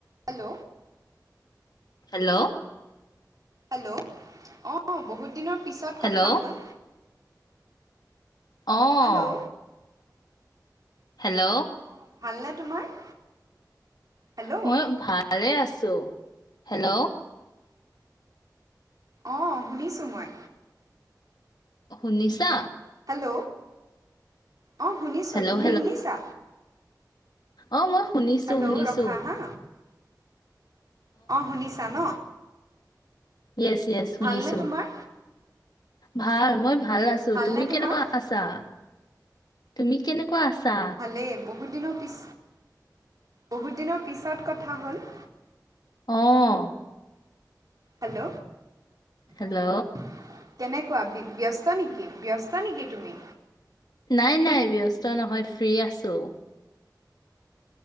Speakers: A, on the right; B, on the left.
A: Hello.
B: Hello.
A: Hello. অঁ, বহুত দিনত- পিছত
B: হেল্ল'
A: কথা হ'ল
B: অঁ
A: হেল্ল'।
B: হেল্ল'।
A: অঁ, ভালনে তোমাৰ? হেল্ল'
B: মই ভালে আছো। হেল্ল'?
A: অঁ, শুনিছোঁ মই।
B: শুনিছা?
A: হেল্ল, অঁ শুনিছোঁ
B: হেল্ল'
A: তুমি শুনিছা?
B: অঁ, মই শুনিছোঁ
A: হেল্ল'
B: শুনিছোঁ।
A: ৰখা হা অঁ শুনিছা ন।
B: ইয়েছ ইয়েছ শুনিছো।
A: ভালনে তোমাৰ
B: ভাল মই ভাল
A: অঁ
B: আছো,
A: ভালনে
B: তুমি
A: তোমাৰ
B: কেনেকুৱা আছা? তুমি কেনেকুৱা আছা?
A: ময়ো ভালেই বহুত দিনৰ পিছ, বহুত দিনৰ পিছত কথা হ'ল।
B: অঁ।
A: হেল্ল,
B: হেল্ল'
A: অঁ। কেনেকুৱা ব্যস্ত নেকি? ব্যস্ত নেকি তুমি?
B: নাই নাই ব্যস্ত নহয় ফ্ৰী আছো।